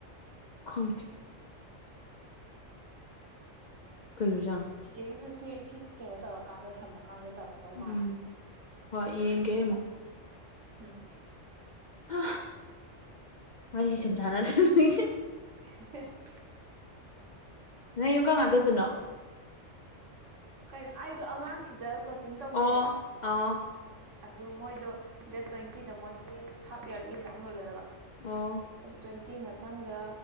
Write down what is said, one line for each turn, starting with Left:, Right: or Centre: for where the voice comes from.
Left: ꯈꯪꯗꯤ ꯀꯩꯑꯣꯏꯔꯤꯖꯥꯠꯅꯣ
Right: ꯆꯤꯆꯦꯒꯤ ꯆꯦ ꯁꯤ ꯀꯩꯅꯣ ꯇꯧꯔꯀꯥꯟꯗ ꯊꯝꯃꯣ ꯀꯥꯟꯗ ꯇꯧꯔꯛꯇꯧ ꯃꯥꯜꯂꯤ
Left: ꯎꯝ ꯍꯣꯏ ꯌꯦꯡꯒꯦ ꯑꯃꯨꯛ
Right: ꯎꯝ
Left: ꯍꯥ ꯋꯥꯔꯤꯁꯤ ꯁꯨꯝ ꯁꯥꯟꯅꯗ꯭ꯔꯗꯤ
Right: <unintelligible>
Left: ꯅꯪ ꯌꯨꯝ ꯀꯝꯀꯥꯟ ꯆꯠꯇꯣꯏꯅꯣ
Right: ꯀꯩꯅꯣ ꯑꯩꯗꯣ ꯑꯉꯥꯡ ꯁꯤꯗ ꯀꯣꯆꯤꯡ ꯇꯧꯕꯅꯦꯕ
Left: ꯑꯣ ꯑꯥ
Right: ꯑꯗꯨ ꯃꯣꯏꯗꯣ ꯗꯦꯠ ꯇ꯭ꯋꯦꯟꯇꯤꯗ ꯃꯣꯏꯒꯤ ꯍꯥꯞ ꯏꯌꯥꯔꯂꯤ ꯑꯦꯛꯖꯥꯝ ꯂꯣꯏꯒꯗꯕ
Left: ꯑꯣ
Right: ꯑꯗꯨ ꯇ꯭ꯋꯦꯟꯇꯤ ꯃꯊꯪꯗ